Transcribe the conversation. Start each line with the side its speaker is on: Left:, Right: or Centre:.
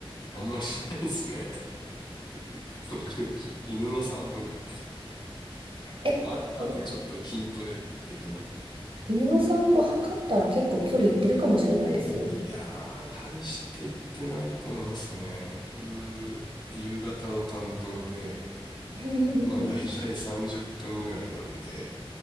Left: あんまりしないですね。<laughs> 僕、犬の散歩ぐらい。
Right: え、
Left: まあ、
Right: それ、
Left: あとちょっと筋トレ的な。
Right: 犬の散歩測ったら結構距離いってるかもしれないですよ。
Left: いやー、大して行ってないと思いますね。僕、夕方の担当で、
Right: <laughs> うん
Left: まあ大体30分ぐらいなんで、